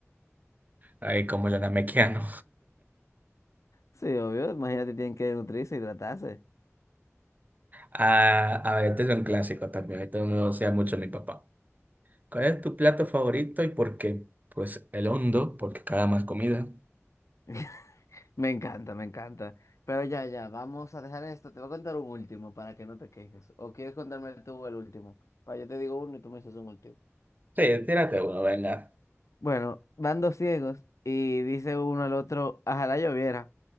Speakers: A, on the right; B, on the left.
A: Ay, como el Mequiano.
B: Sí, obvio. Imagínate, tienen que nutrirse, hidratarse.
A: Ah, a ver, este es un clásico también. Esto no sea mucho mi papá. ¿Cuál es tu plato favorito y por qué? Pues el hondo, porque cada más comida.
B: <laughs> Me encanta, me encanta. Pero ya, ya, vamos a dejar esto. Te voy a contar un último para que no te quejes. ¿O quieres contarme tú el último? Para yo te digo uno y tú me dices un último.
A: Sí, tírate uno, venga.
B: Bueno, van dos ciegos y dice uno al otro, ojalá yo viera.